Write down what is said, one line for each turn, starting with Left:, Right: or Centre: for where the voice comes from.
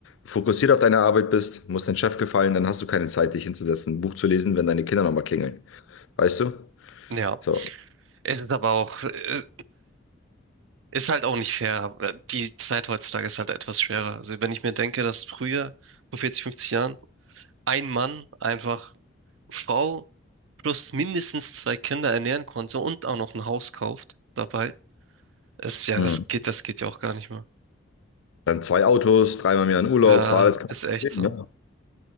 Left: fokussiert auf deine Arbeit bist, musst deinem Chef gefallen, dann hast du keine Zeit, dich hinzusetzen, ein Buch zu lesen, wenn deine Kinder nochmal klingeln. Weißt du?
Right: Ja,
Left: So.
Right: es ist aber auch, äh, ist halt auch nicht fair. Die Zeit heutzutage ist halt etwas schwerer. Also wenn ich mir denke, dass früher, vor 40, 50 Jahren, ein Mann einfach Frau plus mindestens zwei Kinder ernähren konnte und auch noch ein Haus kauft dabei, ist ja,
Left: Hm.
Right: das geht, das geht ja auch gar nicht mehr.
Left: Dann zwei Autos, dreimal im Jahr in Urlaub,
Right: Ja,
Left: war alles kein
Right: ist echt
Left: Problem,
Right: so.
Left: ne?